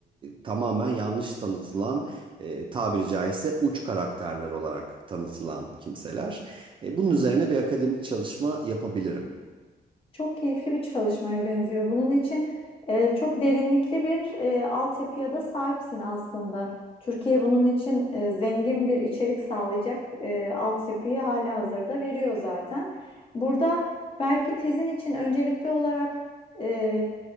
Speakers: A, on the right; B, on the left.
A: tamamen yanlış tanıtılan e, tabiri caizse uç karakterler olarak tanıtılan kimseler. E, bunun üzerine bir akademik çalışma yapabilirim.
B: Çok keyifli bir çalışmaya benziyor. Bunun için e, çok derinlikli bir e, altyapıya da sahipsin aslında. Türkiye bunun için e, zengin bir içerik sağlayacak e, altyapıyı hala hazırda veriyor zaten. Burada belki tezin için öncelikli olarak e,